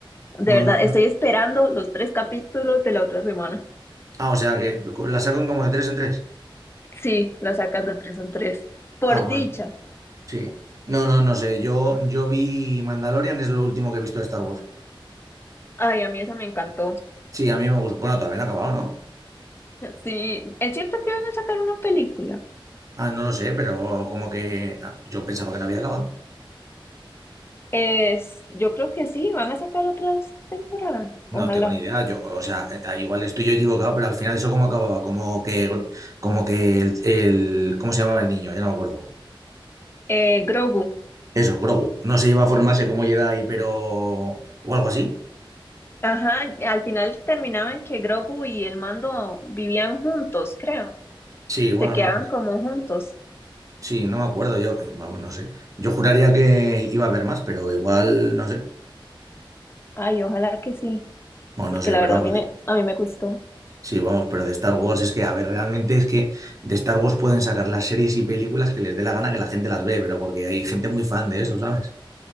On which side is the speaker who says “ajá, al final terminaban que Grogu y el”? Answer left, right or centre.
Left